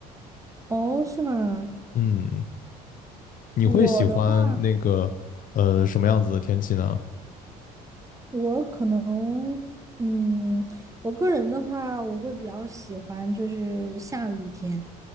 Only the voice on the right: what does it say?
哦，是吗？
我的话，
我可能，嗯，我个人的话，我会比较喜欢就是下雨天，